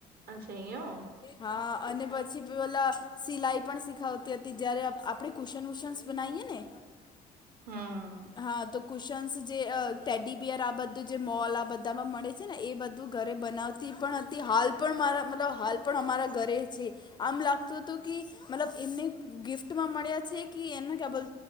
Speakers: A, on the right (about 65°); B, on the left (about 25°).
A: અચ્છા ઓ
B: હા અને પછી પેલા સિલાઈ પણ શીખાવતી હતી જયારે આપણે કુશન વુશનસ બનાઈએ ને
A: હા
B: હા તો કુશન્સ જે ટેડીબિયર આ બધું જે મોલ આ બધામાં મળે છે ને એ બધું ઘરે બનાવતી પણ હતી હાલ પણ મારા મતલબ હાલ પણ અમારા ઘરે છે. આમ લાગતો હતો કે મતલબ એમને ગિફ્ટમાં મળ્યા છે કે એને ક્યા બોલ